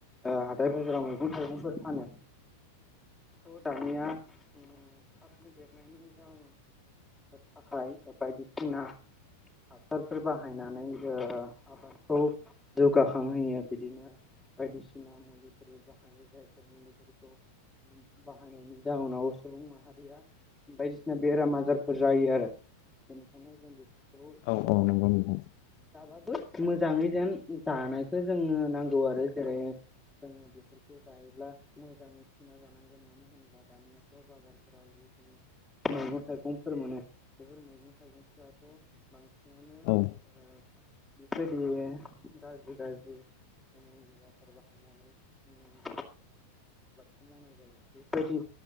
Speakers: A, in the centre; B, on the left.
A: ओ हाथाय बाजाराव मैगं थाइगंफोर फानो थ' दानिया ओ थाबनो देरनायनि जा थाखाय बायदिसिना हासारफोर बाहायनानै ओ आबादखौ जौगाखांहोयो बिदिनो बायदिसिना मुलिफोर बाहायो जायफोर मुलिफोरखौ बाहायनायनि जाहोनाव सुबुं माहारिया बायदिसिना बेराम आजारफोर जायो आरो बेनिखायनो जों बे खौ
B: औ
A: ओ
B: औ नंगौ नोंथां
A: जाबाबो मोजाङै जेन जानायखौ जोंनो नांगौ आरो जेरै जोङो बेफोर खौ जायोब्ला मोजाङै <unintelligible> जानांगोन मानो होनोब्ला दानियाथ' बाजारफोराव जिखिनि मैगं थाइगंफोर मोनो बेफोर मैगं थाइगंफोराथ' बांसिन मोनो
B: औ
A: ओ बेफोरबायदिनो गाज्रि गाज्रि <unintelligible> बाहायनानै उम मावनाय जायो बेबायदि